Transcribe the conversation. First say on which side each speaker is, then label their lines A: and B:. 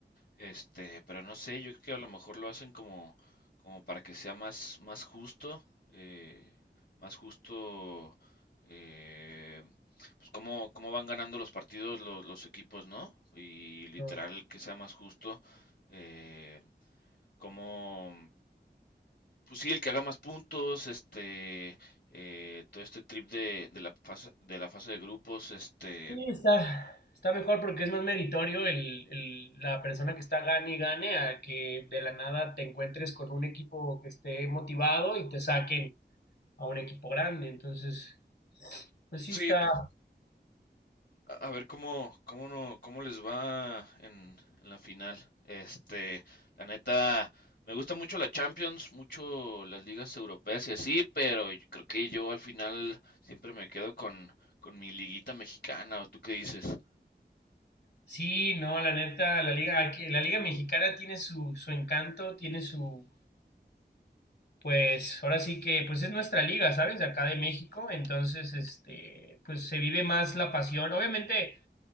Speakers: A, on the left; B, on the left.
A: Este, pero no sé, yo creo que a lo mejor lo hacen como, como para que sea más, más justo, eh, más justo, eh, pues cómo, cómo van ganando los partidos los, los equipos, ¿no? Y literal
B: él?
A: que sea más justo, eh, como, pues sí, el que haga más puntos, este, eh, todo este trip de, de la fase, de la fase de grupos, este,
B: Sí, está, está mejor porque es más meritorio el, el- la persona que está gane y gane a que de la nada te encuentres con un equipo que esté motivado y te saquen a un equipo grande. Entonces, pues
A: sí,
B: sí está.
A: pues A a ver cómo, cómo no, cómo les va en, en la final. Este, la neta, me gusta mucho la Champions, mucho las ligas europeas y así, pero yo creo que yo al final siempre me quedo con, con mi liguita mexicana, ¿o tú qué dices?
B: Sí, no, la neta, la liga, aquí- la liga mexicana tiene su, su encanto, tiene su, pues, ahora sí que, pues es nuestra liga, ¿sabes? De acá de México, entonces, este, pues se vive más la pasión. Obviamente,